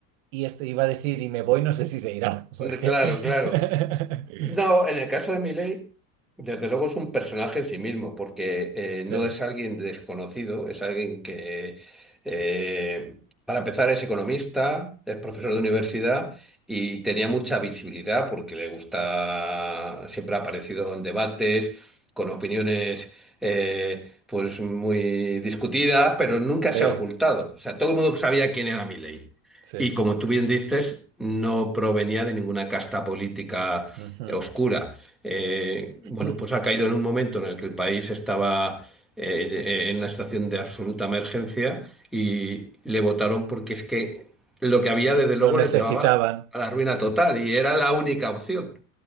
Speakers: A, on the right; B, in the centre.
A: Y esto iba a decir, y me voy, no sé si se irá,
B: De-
A: porque...
B: Claro,
A: <laughs>
B: claro. No, en el caso de Milei, desde luego es un personaje en sí mismo, porque eh, no
A: Sí,
B: es alguien desconocido, es alguien que, eh, para empezar, es economista, es profesor de
A: ujú,
B: universidad y tenía mucha visibilidad porque le gusta, siempre ha aparecido en debates, con opiniones eh, pues muy discutidas, pero nunca
A: sí,
B: se ha ocultado. O sea, todo el mundo sabía quién era Milei.
A: sí.
B: Y como tú bien dices, no provenía de ninguna casta política
A: ujú.
B: oscura. Eh, bueno,
A: <laughs>
B: pues ha caído en un momento en el que el país estaba eh, en una situación de absoluta emergencia y le votaron porque es que lo que había
A: Lo,
B: desde
A: lo
B: luego
A: necesitaban.
B: les llevaba a la ruina total
A: Mm,
B: y era la única opción.